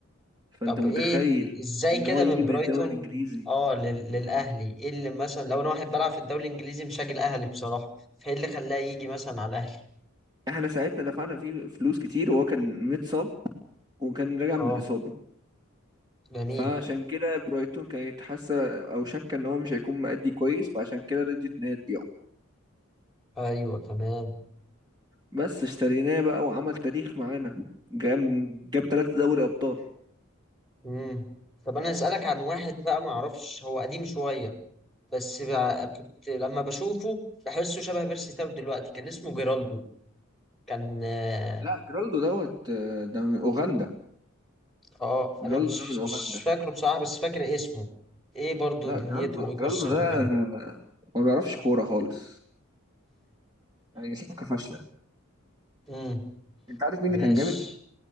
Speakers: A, on the right (about 20°); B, in the centre.
A: فانت
B: طب
A: متخيل
B: ايه ال... ازاي
A: ان
B: كده
A: هو يجي
B: من
A: من
B: برايتون
A: الدوري الانجليزي
B: اه لل... للاهلي ايه اللي مثلا لو انا واحد بلعب في الدوري الانجليزي مش هاجي الاهلي بصراحه فايه اللي خلاه يجي مثلا على الاهلي
A: احنا ساعتنا دفعنا فيه فلوس كتير وهو كان متصاب وكان راجع
B: اه
A: من الاصابه
B: جميل
A: فعشان كده برايتون كانت حاسه او شاكه ان هو مش هيكون مأدي كويس فعشان كده رضيت ان هي تبيعه
B: ايوه تمام
A: بس اشتريناه بقى وعمل تاريخ معانا جاب جاب ثلاثة دوري ابطال
B: امم طب انا اسالك عن واحد بقى ما اعرفش هو قديم شويه بس بقى كنت لما بشوفه بحسه شبه بيرسي تاو دلوقتي كان اسمه جيرالدو كان اه
A: لا جرالدو دوت آه، ده من اوغندا
B: آه،
A: جرالدو
B: انا مش
A: ده من اوغندا
B: مش فاكره بصراحه بس فاكر اسمه ايه برضو
A: لا
B: دنيته
A: جرالدو
B: وايه قصته
A: جرالدو ده
B: كده
A: آه، ما بيعرفش كوره خالص يعني صفقه فاشله
B: امم
A: انت عارف مين
B: ماشي
A: اللي كان جامد؟